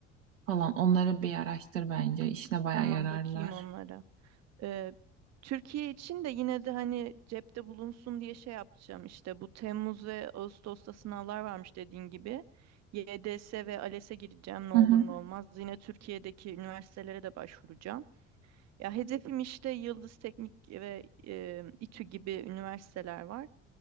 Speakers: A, on the right; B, on the right.
A: falan onları bir araştır bence. İşine bayağı
B: Tamam
A: yararlar.
B: bakayım onlara. Ee, Türkiye için de yine de hani cepte bulunsun diye şey yapacağım. işte bu Temmuz ve Ağustos'ta sınavlar varmış dediğin gibi. YDS ve ALES'e gireceğim ne olur
A: Hı hı.
B: ne olmaz. Yine Türkiye'deki üniversitelere de başvuracağım. Ya hedefim işte Yıldız Teknik ve e, İTÜ gibi üniversiteler var.